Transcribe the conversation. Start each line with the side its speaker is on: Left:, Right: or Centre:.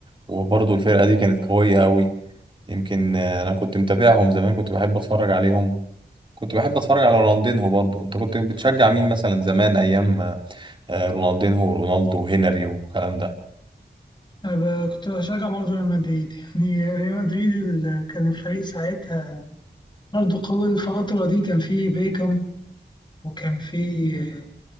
Right: وبرضه الفرقة دي كانت قوية أوي يمكن آه، أنا كنت متابعهم زمان كنت بحب أتفرج عليهم كنت بحب أتفرج على رونالدينهو برضه أنت كنت بتشجع مين مثلا زمان أيام آه، رونالدينهو ورونالدو وهنري والكلام
Left: أنا ب- كنت بشجع برضه ريال مدريد يعني ريال مدريد ال- كان الفريق ساعتها برضه قوي الفترة دي كان فيه بيكم وكان فيه